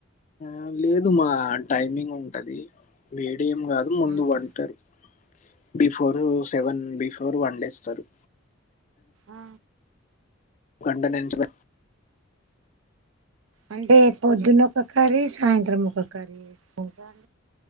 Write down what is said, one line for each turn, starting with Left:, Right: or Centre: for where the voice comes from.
Left: ఆ లేదు మా టైమింగ్ ఉంటది వేడేం కాదు
Right: తింటారా
Left: ముందు వంటారు before seven before one day ఇస్తారు
Right: ఆ
Left: వండనంటవ
Right: అంటే పొద్దున్న ఒక కర్రీ సాయంత్రం ఒక కర్రీ వేసుకుంటర